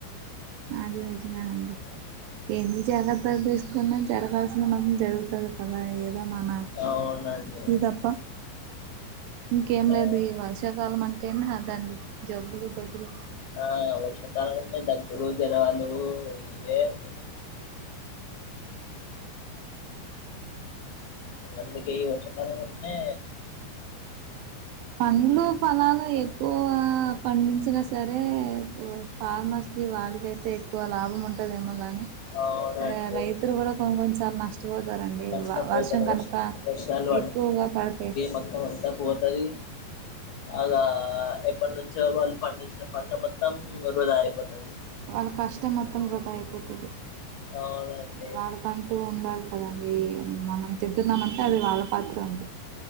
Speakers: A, on the right; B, on the left.
A: అది <inaudible> అండి ఎన్ని జాగ్రత్తలు తీసుకున్నా జరగాల్సిన్ది మాత్రం జరుగుతాది కదా ఏ ఎమన్న
B: అవునండి
A: ఇద్ తప్ప ఇంకేం
B: అవును
A: లేదు ఈ వర్షాకాలం అంటే ఇంకేం రాద్దా అండి జబ్బులు దబ్బులు
B: ఆ వర్షాకాలం ఉంటాయి దగ్గులు జలు దగ్గులు ఇవే ఉన్నాయి అందుకే ఈ వర్షకాలం అంటేనేే
A: పండ్లు ఫలాలు ఎక్కువ పండించినా సరే అయితే ఫార్మర్స్ కి వారికైతే ఎక్కువగా లాభం ఉంటదేమో గా
B: అవునండి
A: ఆ రైతులు కూడా కొన్ని కొన్నిసార్లు నష్టపోతారండి
B: నష్టపోతారు
A: వర్షం
B: వర్ష
A: కనుక
B: వర్షాలు
A: ఎక్కువగా పడితే
B: మొత్తం అంతా టది వరి అలా ఎప్పటి నుంచో వాళ్ళు పండించిన పంట మొత్తం వృధా అయిపోతది
A: వాళ్ళ కష్టం మొత్తం వృధా అయిపోతది
B: అవునండి
A: వాళ్ళ కంటూ ఉండాలి కదా అది మనం తింటున్నామంటే అది వాళ్ళ ఫలితమే